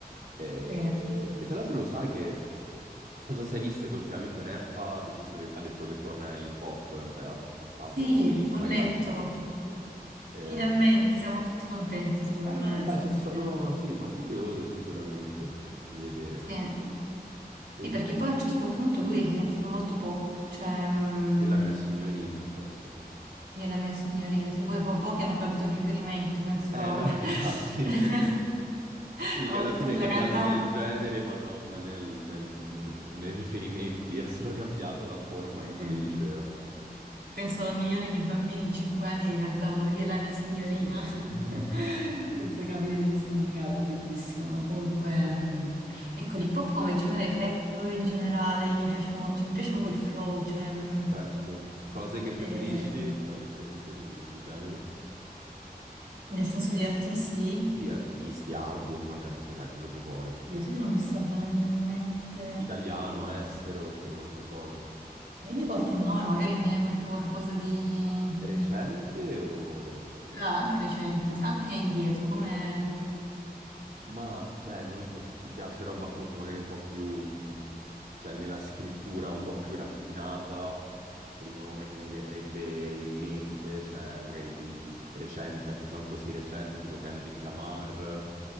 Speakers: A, on the right (about 70°); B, on the right (about 85°).
A: E,
B: sì.
A: e tra l'altro lo sai che, non so se hai visto che ultimamente Neffa ha deciso che, ha detto che torna nell'hip hop, cioè ha postato
B: Sì,
A: su Instagram.
B: ho letto.
A: Eh,
B: Finalmente siamo tutti contenti, secondo
A: eh,
B: me,
A: no, infatti
B: nel senso
A: so- sono,
B: che...
A: sì, sono curioso sicuramente
B: Mm.
A: di vedere.
B: Sì, sì,
A: E in-
B: perché poi a un certo punto lui è diventato molto pop, cioè mm,
A: io e la mia signorina, certo, sì, sì.
B: io e la mia signorina, sì, poi po- pochi hanno capito il riferimento, penso,
A: Eh,
B: però
A: allora
B: vabbè.
A: <laughs> infatti,
B: <laughs>
A: sì, sì, sì. Sì, che
B: Oh,
A: alla fine
B: tu
A: è cambiato
B: la cantava?
A: nel genere, ma non nel- nel- nel- nei riferimenti, ha solo cambiato la forma in cui
B: Sì.
A: le diceva.
B: Penso a milioni di bambini di 5 anni che cantavano Io e la mia signorina
A: Sì, sì.
B: <laughs>
A: <laughs>
B: senza capire il significato, bellissimo, no? Comunque, mh, ecco, l'hip hop come genere, il rap in generale, mi piace, mo- cioè, mi piace proprio il flow, cioè, mh,
A: Certo. Cose che preferisci,
B: eh,
A: cioè ad esempio nel, nel genere?
B: nel senso di artisti,
A: Sì, artisti, album, canzoni, cioè quello che vuoi.
B: io so che non mi sta venendo in mente,
A: Italiano, estero, cioè qualunque cosa.
B: dimmi qualche nome, magari mi viene in mente qualcosa di...
A: Recente o...
B: Ah, anche recente, sì, anche indietro, come...
A: Ma, cioè, non lo so se ti piace roba appunto magari un po' più, mh, cioè, nella scrittura un po' più raffinata. Il primo nome che mi verrebbe in mente, cioè, magari di, di recente, anche se non così recente, tipo Kendrick Lamar.